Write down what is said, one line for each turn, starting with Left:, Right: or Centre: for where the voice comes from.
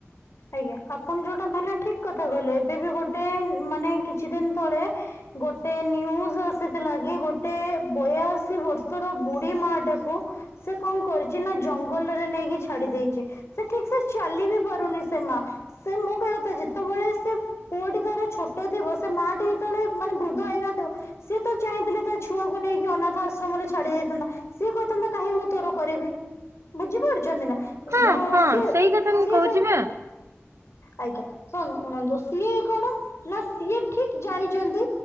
Left: ଆଜ୍ଞା ଆପଣ ଯଉଟା କହିଲେ ଠିକ୍ କଥା କହିଲେ ଏବେବି ଗୋଟେ ମାନେ କିଛି ଦିନ୍ ତଳେ ଗୋଟେ ନ୍ୟୁଜ୍ ଆସିଥିଲା କି ଗୋଟେ ବୟାଅଶୀ ବର୍ଷର ବୁଢୀ ମାଆ ଟାକୁ ସେ କଣ କରିଚି ନା ଜଙ୍ଗଲରେ ନେଇକି ଛାଡି ଦେଇଚି ସେ ଠିକ୍ ସେ ଚାଲି ବି ପାରୁନି ସେ ମା ସେ ମୋ କହିବା କଥା ଯେତେବେଳେ ସେ ପୁଅଟି ତାର ଛୋଟ ଥିବ ସେ ମାଆଟି ଯେତେବେଳେ ମାନେ ବୃଦ୍ଧ ହେଇନଥିବ ସିଏ ତ ଚାହିଁଥିଲେ ତା ଛୁଆକୁ ନେଇକି ଅନାଥ ଆଶ୍ରମରେ ଛାଡି ଦେଇଥାନ୍ତା ସିଏ କହିଥାନ୍ତା କାହିଁ ମୁଁ ତୋର କରିବି ବୁଝିପାରୁଚନ୍ତି ନା।
Right: ହଁ
Left: ଏ-ଯଉ
Right: ହଁ
Left: ସିଏ
Right: ସେଇ
Left: -ସିଏ
Right: କଥା ମୁଁ କହୁଛି
Left: ତ ଆଉ
Right: ବା
Left: ଆଜ୍ଞା ଶୁଣନ୍ତୁ ଯଉ ସିଏ କଣ ନା ସିଏ ଠିକ୍ ଜାଣିଚନ୍ତି